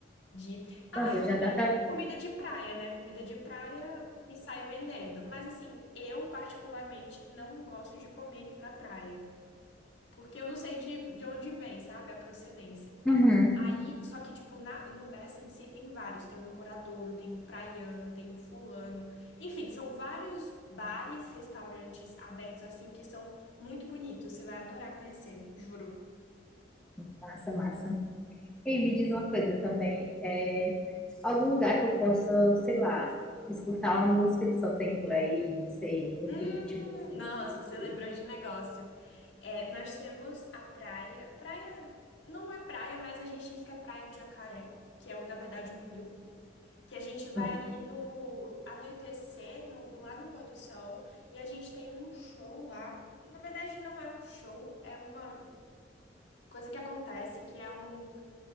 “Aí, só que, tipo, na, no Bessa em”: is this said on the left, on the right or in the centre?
Left